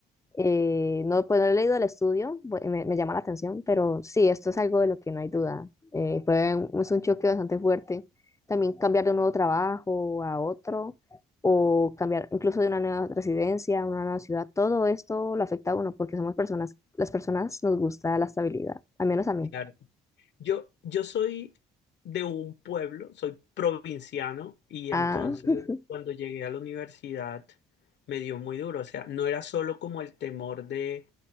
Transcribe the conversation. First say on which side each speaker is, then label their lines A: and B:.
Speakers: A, on the left; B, on the left.
A: Eh, no, pues no he leído el estudio, bu- me, me llama la atención, pero sí, esto es algo de lo que no hay duda. Eh, fue un- es un choque bastante fuerte. También cambiar de un nuevo trabajo a otro, o cambiar incluso de una nueva residencia a una nueva ciudad, todo esto lo afecta a uno porque somos personas, las personas nos gusta la estabilidad, al menos a mí.
B: claro, Yo, yo soy de un pueblo, soy provinciano y
A: Ah,
B: entonces
A: <laughs>
B: cuando llegué a la universidad me dio muy duro. O sea, no era solo como el temor de,